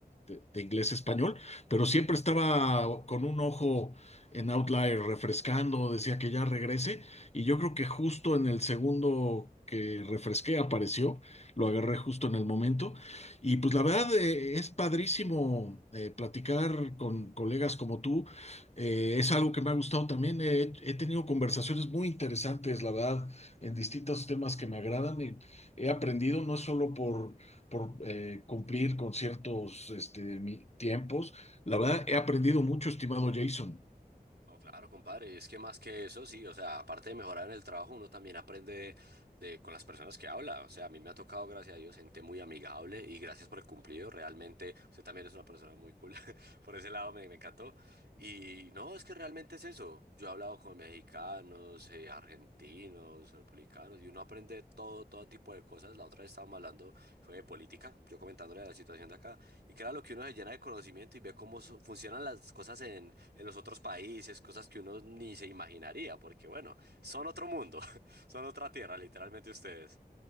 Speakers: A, on the left (about 40°); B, on the right (about 80°).
A: de- de inglés a español, pero siempre estaba con un ojo en Outlier refrescando, decía que ya regrese y yo creo que justo en el segundo que refresqué apareció, lo agarré justo en el momento y pues la verdad eh, es padrísimo eh, platicar con colegas como tú, eh, es algo que me ha gustado también, he he tenido conversaciones muy interesantes, la verdad en distintos temas que me agradan y he aprendido no es solo por, por eh, cumplir con ciertos este, mi- tiempos, la verdad he aprendido mucho, estimado Jason.
B: No, claro, compadre, y es que más que eso, sí, o sea, aparte de mejorar en el trabajo, uno también aprende de, con las personas que habla, o sea, a mí me ha tocado, gracias a Dios, gente muy amigable y gracias por el cumplido, realmente, usted también es una persona muy cool, <laughs> por ese lado me, me encantó, y no, es que realmente es eso, yo he hablado con mexicanos, eh, argentinos, republicanos, y uno aprende todo, todo tipo de cosas, la otra vez estábamos hablando, fue de política, yo comentándole la situación de acá, y que era lo que uno se llena de conocimiento y ve cómo su- funcionan las cosas en los otros países, cosas que uno ni se imaginaría, porque bueno, son otro mundo, <laughs> son otra tierra, literalmente ustedes.